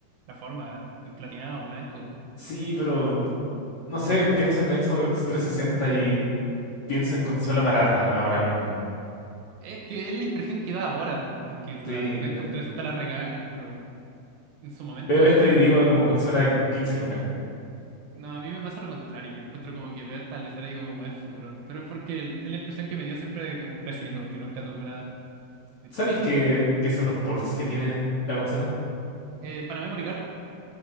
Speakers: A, on the right; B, on the left.
A: la forma, el plateado, el blanco.
B: Sí, pero no sé, pienso en Xbox 360 y pienso en consola barata ahora mismo.
A: Es que es la impresión que da ahora, po, porque la
B: Sí,
A: Xbox 360
B: eh,
A: la regalan, pero en su momento.
B: veo esto y digo como consola 15 lucas.
A: No, a mí me pasa lo contrario. Yo encuentro como que veo esta lesera y digo como el futuro. Pero es porque el- es la impresión que me dio siempre de como creciendo, porque nunca tuve una de
B: ¿Sabéis
A: chica.
B: qué, qué son los ports que tiene la consola?
A: Eh, para Memory Card,